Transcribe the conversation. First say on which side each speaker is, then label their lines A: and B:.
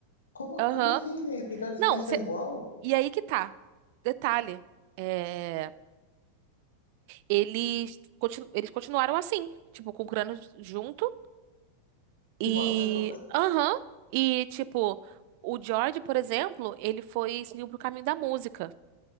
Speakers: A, on the left (about 70°); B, on the right (about 45°).
A: Como,
B: Aham.
A: como assim, gente? Então eles
B: Não,
A: pensam
B: cê-
A: igual?
B: e aí que tá. Detalhe. É. Eles, continu- eles continuaram assim, tipo, com o Cronos junto. E.
A: Tipo, a vida toda.
B: Aham. e, tipo, o George, por exemplo, ele foi seguiu pro caminho da música.